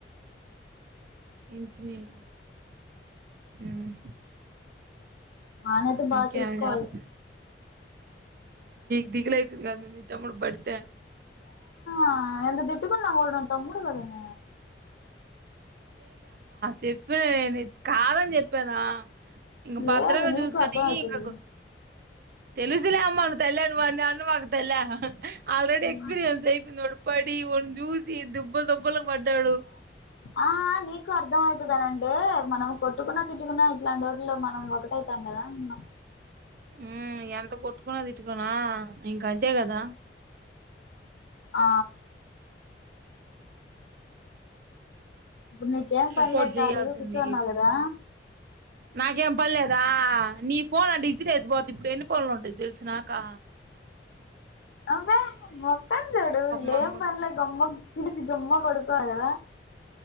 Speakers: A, on the right (about 55°); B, on the left (about 70°).
A: ఇంజనీరింగ్ ఉమ్
B: వానైతే బాగా
A: ఇంకేం
B: చూసుకోవాలి
A: జేస్తా దిగులితది కథ్ మమ్మీ తమ్ముడు పడితే
B: ఆ ఎంత తిట్టుకున్నా కూడా తమ్ముడు కదనే
A: చెప్పే నేన్ కాదని చెప్పానా ఇంక
B: లేదు
A: భద్రంగా
B: నీకు
A: చూసుకొని
B: అర్థమితది
A: ఇంక తెలుసులే అమ్మను తెల్లి నువ్వు నన్ను అనమకు తల్లే ఆల్రెడీ ఎక్స్పీరియన్స్
B: ఆ
A: ఇపొనోడు పడి ఒకని చూసీ ఈ దుబ్బ దుబ్బలకు పడ్డాడు
B: అహ్ నీకు అర్థం అవుతదనంటే మనం కొట్టుకున్నా తిట్టుకున్నా ఇట్లాంటి రోడ్లు మనం ఒకటైతండి కదా అమ్మ
A: ఉమ్మ్ ఎందుకు కొట్టుకోన తిట్టుకోనా ఇంకా అంతే కదా
B: ఆ ఇప్పుడు నీకేం
A: సపోర్ట్
B: పనిలే
A: చేయాల్సింది
B: ఖాళీగా కూర్చోన్నావు
A: ఎటు
B: కదా
A: తిరిగి. నాకేం పన్లేదా నీ ఫోన్ అటు ఇసిరేసి పోతి ఇప్పుడు ఎన్ని పోనులు ఉంటుది తెలుసినాకా
B: అవే మొక్కన్ చుడు
A: మా
B: ఏం
A: అమ్మ
B: పన్లే గమ్ తిడిసి గమ్మ పడుకో ఆగదా